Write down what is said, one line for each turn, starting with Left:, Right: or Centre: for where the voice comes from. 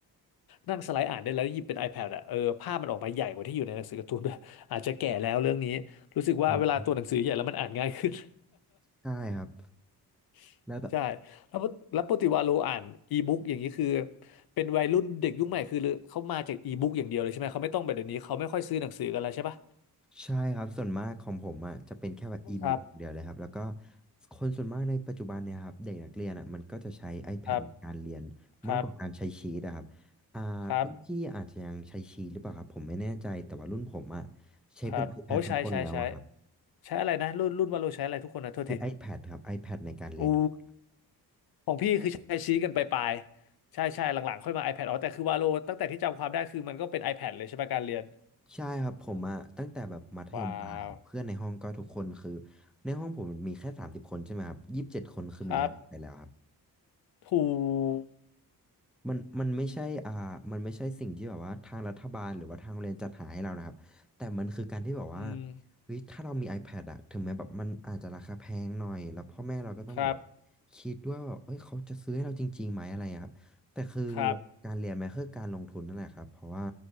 Left: นั่งสไลด์อ่านได้แล้วหยิบเป็น iPad อะเออภาพมันออกมาใหญ่กว่าที่อยู่ในหนังสือการ์ตูนด้วย <laughs> อาจจะแก่แล้วเรื่องนี้รู้สึกว่าเวลาตัวหนังสือใหญ่แล้วมันอ่านง่ายขึ้น
Centre: บ ใช่ครับ
Left: <laughs>
Centre: แล้วแบบ
Left: ใช่แล้วปกแล้วปกติวาโลอ่านอีบุ๊กอย่างนี้คือเป็นวัยรุ่นเด็กยุคใหม่คือเขามาจากอีบุ๊กอย่างเดียวเลยใช่ไหมเขาไม่ต้องแบบเดี๋ยวนี้เขาไม่ค่อยซื้อหนังสือกันแล้วใช่ปะ
Centre: ใช่ครับส่วนมากของผมอ่ะจะเป็นแค่แบบอีบุ๊กเดียวเลยครับแล้วก็
Left: ครับ
Centre: คนส่วนมากในปัจจุบันเนี่ยครับเด็กนักเรียนอ่ะมันก็จะใช้ iPad
Left: ครับ
Centre: ในการเรียนมากกว่าการใช้ชีตอะครับอ่ารุ่นพี่อาจจะยังใช้ชีตหรือเปล่าครับผมไม่แน่ใจแต่ว่ารุ่นผมอ่ะ
Left: ครับครับ
Centre: ใช้เป็น
Left: ครับโอ้ใช้ใช้ใช้
Centre: iPad ทุกคนแล้วอะครับ
Left: ใช้อะไรนะรุ่นรุ่นวาโลใช้อะไรทุกคนนะโทษที
Centre: ใช้ iPad ครับ iPad ในการเรียนทุกคนครับ
Left: อูของพี่คือใช้ชี้กันไปปลายๆใช่ใช่หลังๆค่อยมา iPad อ๋อแต่คือวาโลตั้งแต่ที่จำความได้คือมันก็เป็น iPad เลยใช่ไหมการเรียน
Centre: ใช่ครับผมอะตั้งแต่แบบมัธยมปลายครับเพื่อนในห้องก็ทุกคนคือ
Left: ว้าว
Centre: ในห้องผมมีแค่สามสิบคนใช่ไหมครับยี่สิบเจ็ดคนคือมี
Left: ครับ
Centre: iPad ไปแล้วครับ
Left: ถูก
Centre: มันมันไม่ใช่อ่ามันไม่ใช่สิ่งที่แบบว่าทางรัฐบาลหรือว่าทางโรงเรียนจัดหาให้เรานะครับแต่มันคือการที่แบบว่า
Left: อืม
Centre: เฮ้ยถ้าเรามี iPad อะถึงแม้แบบมันอาจจะราคาแพงหน่อยแล้วพ่อแม่เราก็ต้องแบบว่า
Left: ครับ
Centre: คิดด้วยว่าแบบเอ้ยเขาจะซื้อให้เราจริงๆไหมอะไรอะครับแต่คือ
Left: ครับ
Centre: การเรียนมันคือการลงทุนนั่นแหละครับเพราะว่า